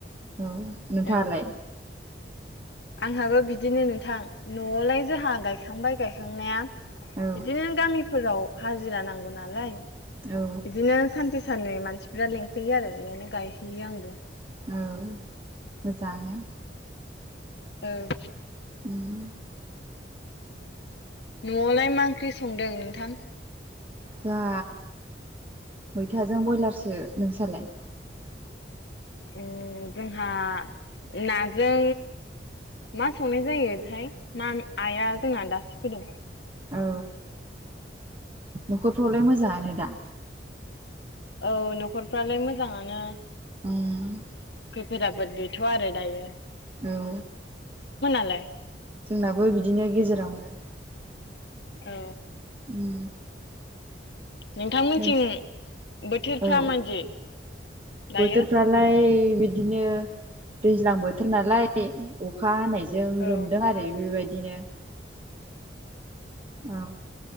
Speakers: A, on the right; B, on the left.
A: औ नोंथाङालाय?
B: औ आंहाबो बिदिनो नोंथां न'आवलाय जोंहा गायखांबाय गायखांनाया
A: औ
B: बिदिनो गामिफोराव हाजिरा नांगौ नालाय
A: औ
B: बिदिनो सानसे साननै मानसिफ्रा लिंफैयो आरो बेयावनो गायहैयो आंबो
A: औ मोजाङानो
B: औ
A: उम
B: न'आवलाय मा ओंख्रि संदों नोंथां
A: जाहा मैथाजों ब्रयलारसो नोंस्रालाय
B: ओ जोंहा नाजों मा संनाय जायोथाय ना आइआ जोंना दासो फैदों।
A: औ न'खरफ्रावलाय मोजाङानो दा
B: औ न'खरफ्रालाय मोजाङानो
A: उम
B: फोराबोद गैथ'आ आरो दायो
A: औ
B: लाय
A: जोंनाबो बिदिनो गेजेरावनो
B: औ
A: उम
B: नोंथांमोनथिं
A: उम
B: बोथोरफ्रा
A: औ
B: माबायदि दायो
A: बोथोरफ्रालाय बिदिनो दैज्लां बोथोर नालाय बे अखा हानायजों
B: औ
A: लोमदों आरो बेबायद बिदिनो औ